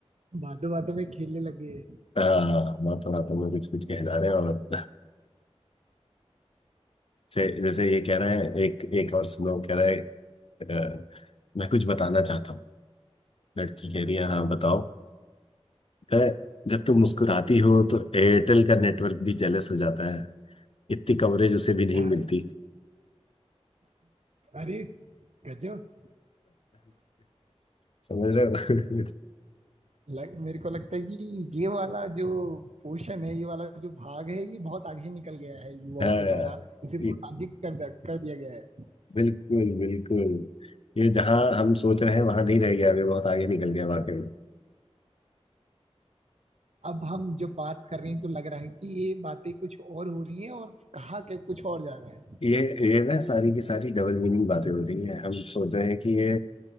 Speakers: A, on the right; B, on the left.
A: बातों बातों में खेलने लगे
B: हाँ बातों बातों में कुछ कुछ कह जा रहे हैं और से जैसे ये कह रहा है एक एक और सुनो कह रहा है अ, मैं कुछ बताना चाहता हूँ लड़की कह रही है हाँ बताओ कह रहा है, जब तुम मुस्कुराती हो तो एयरटेल का नेटवर्क भी जेलस हो जाता है इतनी कवरेज उसे भी नहीं
A: यार,
B: मिलती <laughs>
A: अरे गजब
B: समझ रहे हो <laughs>
A: लग, मेरे को लगता है कि ये वाला जो पोर्शन है ये वाला जो भाग है ये बहुत आगे निकल गया है युवाओं
B: हाँ,
A: के द्वारा इसे बहुत
B: ये
A: आगे कर द- कर दिया गया है
B: बिल्कुल बिल्कुल ये जहाँ हम सोच रहे हैं वहां नहीं रह गया अभी बहुत आगे निकल गया वाकई में
A: अब हम जब बात कर रहे हैं तो लग रहा है कि ये बातें कुछ और हो रही हैं और कहा के कुछ और जा रहा है
B: ये ये ना सारी की सारी डबल मीनिंग बातें हो रही है हम सोच रहे हैं कि ये